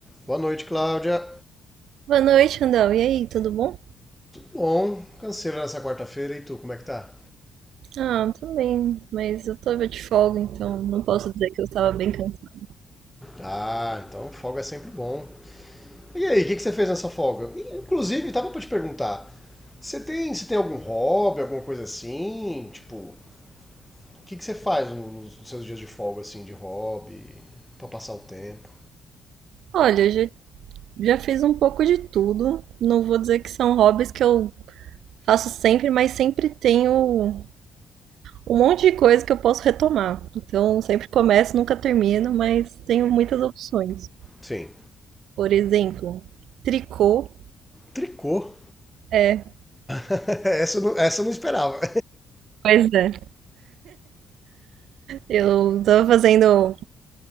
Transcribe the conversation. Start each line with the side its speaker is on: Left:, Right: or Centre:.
Centre: Boa noite, Cláudia.
Right: Boa noite, Randall. E aí, tudo bom?
Centre: Bom, canseira nessa quarta-feira, e tu, como é que tá?
Right: Ah, tudo bem, mas eu tava de folga, então não posso dizer que eu estava bem cansada.
Centre: Ah, então folga é sempre bom. E aí, o que, que você fez nessa folga? Inclusive, tava pra te perguntar, você tem, você tem algum hobby, alguma coisa assim? Tipo, o que, que você faz nos nos seus dias de folga, assim, de hobby, pra passar o tempo?
Right: Olha, eu já, já fiz um pouco de tudo. Não vou dizer que são hobbies que eu faço sempre, mas sempre tenho um monte de coisa que eu posso retomar. Então, sempre começo, nunca termino, mas tenho muitas opções.
Centre: Sim.
Right: Por exemplo, tricô.
Centre: Tricô?
Right: É,
Centre: <laughs> essa, eu não, essa eu não esperava.
Right: pois é. Eu tava fazendo.